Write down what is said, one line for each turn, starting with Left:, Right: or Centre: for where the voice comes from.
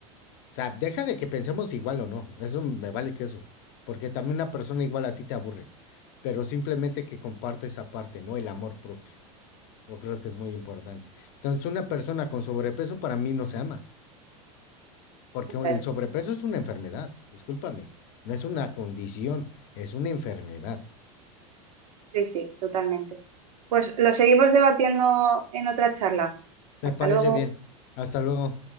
Left: O sea, deja de que pensemos igual o no, eso me vale queso, porque también una persona igual a ti te aburre, pero simplemente que comparte esa parte, ¿no? El amor propio. Yo creo que es muy importante. Entonces, una persona con sobrepeso para mí no se ama, porque el
Right: claro.
Left: sobrepeso es una enfermedad, discúlpame, no es una condición, es una enfermedad.
Right: Sí, sí, totalmente. Pues lo seguimos debatiendo en otra charla. Hasta
Left: Me parece
Right: luego.
Left: bien. Hasta luego.